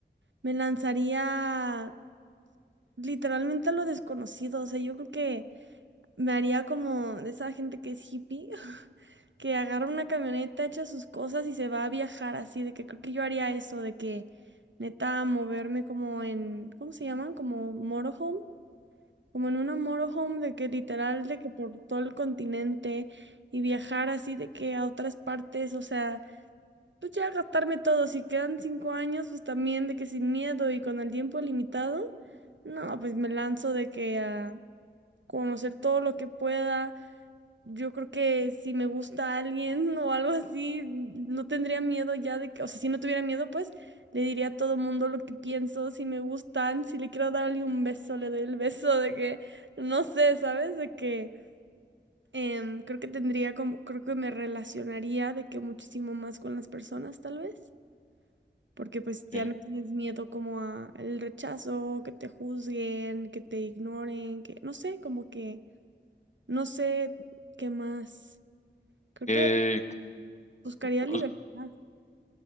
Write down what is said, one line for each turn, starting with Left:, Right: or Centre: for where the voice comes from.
Right: me lanzaría literalmente a lo desconocido, o sea, yo creo que me haría como de esa gente que es hippie. <laughs> que agarra una camioneta, echa sus cosas y se va a viajar así, de que creo que yo haría eso, de que neta moverme como en, ¿cómo se llaman? Como motorhome, como en una motorhome de que literal, de que por todo el continente y viajar así de que a otras partes, o sea, pues ya gastarme todo, si quedan cinco años, pues también de que sin miedo y con el tiempo limitado, no, pues me lanzo de que a conocer todo lo que pueda yo creo que si me gusta alguien <laughs> o algo así, no tendría miedo ya de que, o sea, si no tuviera miedo, pues le diría a todo mundo lo que pienso, si me gustan, si le quiero darle un beso, le doy el beso de que, no sé, ¿sabes? De que em, creo que tendría como, creo que me relacionaría de que muchísimo más con las personas, tal vez, porque pues
Left: ¿Qué?
Right: ya no tienes miedo como a el rechazo, que te juzguen, que te ignoren, que, no sé, como que, no sé qué más. Creo
Left: ¿Qué-
Right: que Buscaría
Left: o-
Right: libertad,